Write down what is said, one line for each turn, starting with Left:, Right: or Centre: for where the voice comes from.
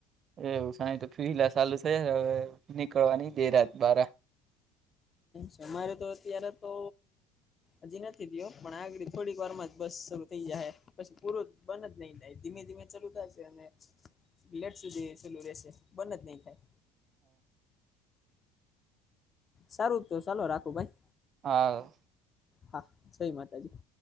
Right: એવું સાહી તો ફીલા ચાલુ થ હવે નીકળવાની બે રાત બાર
Left: તમારે તો અત્યારે તો હજી નથી દયો પણ આગળ થોડીક વાર જ બસ શરૂ થઈ જાય પછી પૂરો બને જ નહી થાય ધીમે ધીમે ચાલુ થાય છે અને લેટ સુધી ચલું રશે બંધ જ નહી થાય સારું તો ચાલો રાખું ભાઈ
Right: હા
Left: હા જય માતાજી